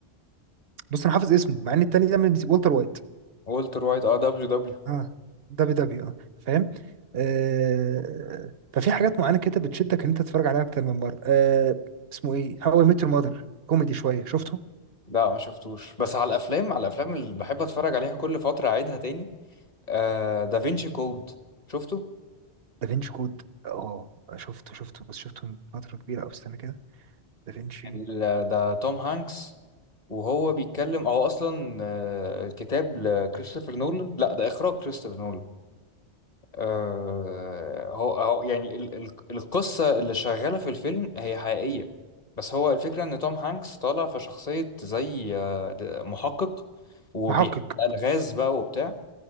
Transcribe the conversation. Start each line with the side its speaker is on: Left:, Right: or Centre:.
Right: بص انا حافظ اسمه مع ان التاني ده من والتر وايت
Left: والتر وايت اه دبليو دبليو
Right: اه دبي دبي اه فاهم آه ففي حاجات معينه كده بتشدك ان انت تتفرج عليها اكتر من مره آه اسمه ايه هاو اي ميت يور ماذر كوميدي شويه شفته
Left: لا ما شفتوش بس على الافلام على الافلام اللي بحب اتفرج عليها كل فترة اعيدها تاني آه دافينشي كود شفته
Right: دافينشي كود اه شفته شفته بس شفته من فتره كبيره او استنى كده دافينشي
Left: ال- ده توم هانكس وهو بيتكلم هو اصلا آه، كتاب لكريستوفر نولان لا ده اخراج كريستوفر نولان آه، هو هو يعني ال- ال- القصة اللي شغالة في الفيلم هي حقيقية بس هو الفكرة إن توم هانكس طالع في شخصية زي آه، د- محقق وبيحل
Right: محقق
Left: ألغاز بقى وبتاع